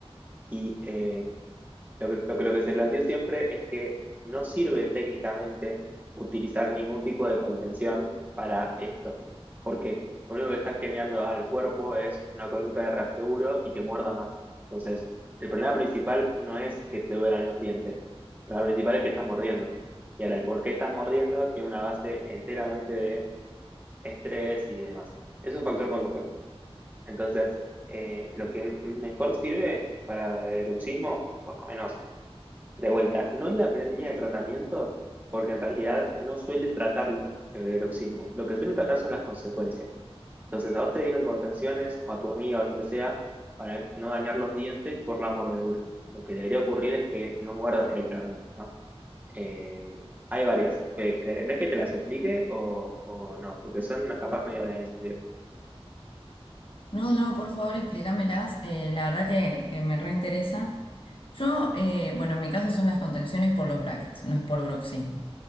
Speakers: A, on the right; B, on the left.
A: Y eh, lo que, lo que, lo que se planteó siempre es que no sirve técnicamente utilizar ningún tipo de contención para esto. ¿Por qué? Lo único que estás generando al cuerpo es una conducta de reaseguro y que muerda más. Entonces, el problema principal no es que te duelan los dientes. El problema principal es que estás mordiendo. Y ahora, el por qué estás mordiendo tiene una base enteramente de estrés y demás. Es un factor conductual. Entonces, eh, lo que mejor sirve para bruxismo, por lo menos de vuelta, no es la primera línea de tratamiento, porque en realidad no suelen tratarlo eh, el bruxismo. Lo que suelen tratar son las consecuencias. Entonces, a vos te dieron contenciones o a tu amiga o lo que sea para no dañar los dientes por la mordedura. Lo que debería ocurrir es que no muerdas directamente, ¿no? Eh, hay varias. ¿Querés que te las explique o, o no? Porque son capaz medio densas, ¿sí?
B: No, no, por favor explícamelas, eh, la verdad que, que me reinteresa. Yo, eh, bueno, en mi caso son las contenciones por los brackets, no es por bruxismo.